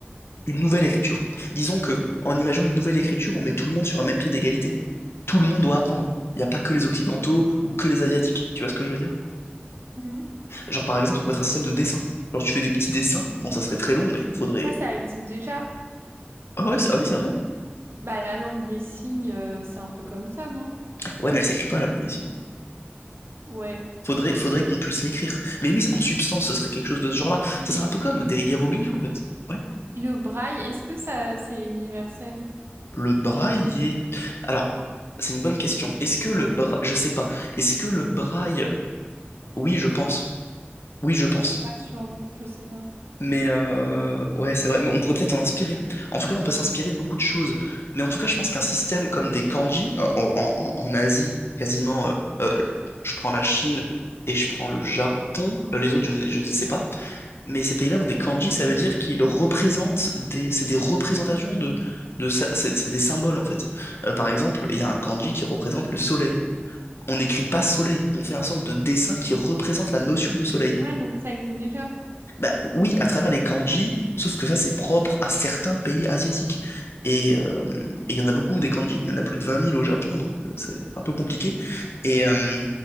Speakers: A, on the left; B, on the right.
A: une nouvelle écriture? Disons que en imaginant une nouvelle écriture, on met tout le monde sur un même pied d'égalité. Tout le monde doit apprendre. Il n'y a pas que les Occidentaux ou que les Asiatiques. Tu vois ce que je veux dire?
B: Mhm.
A: Genre par exemple, on pourrait être un système de dessin. Genre tu fais des petits dessins. Bon, ça serait très long, mais faudrait.
B: Ça, ça existe déjà.
A: Ah ouais, c'est ah ouais, c'est vrai.
B: Bah, la langue des signes, euh, c'est un peu comme ça, non?
A: Ouais, mais elle s'écrit pas, la langue des signes.
B: Ouais.
A: Faudrait, faudrait qu'on puisse l'écrire. Mais oui, en substance, ce serait quelque chose de ce genre-là.
B: Oui.
A: Ça serait un peu comme des hiéroglyphes, en fait. Ouais.
B: Et le braille, est-ce que ça, c'est universel?
A: Le braille est... Alors, c'est une bonne question. Est-ce que le braille... Je sais pas. Est-ce que le braille... Oui, je pense. Oui, je pense.
B: Je suis pas sûre, je sais pas.
A: Mais euh, ouais, c'est vrai. Mais on pourrait peut-être en inspirer. En tout cas, on peut s'inspirer de beaucoup de choses. Mais en tout cas, je pense qu'un système comme des kanji, en, en- en- en Asie, quasiment... euh, euh, je prends la Chine et je prends le Japon. Euh, Les autres, je ne sais pas. mais ces pays-là ont des kanji, ça veut dire qu'ils représentent des, c'est des représentations de, de ça- c'est c'est des symboles en fait. Euh, par exemple, il y a un kanji qui représente le soleil. On n'écrit pas soleil, on fait un sorte de dessin qui représente la notion de soleil.
B: Ouais, donc ça existe déjà.
A: Bah oui, à travers les kanji, sauf que ça, c'est propre à certains pays asiatiques. Et euh, et il y en a beaucoup des kanji. Il y en a plus de vingt mille au Japon, donc c'est un peu compliqué. Et euh,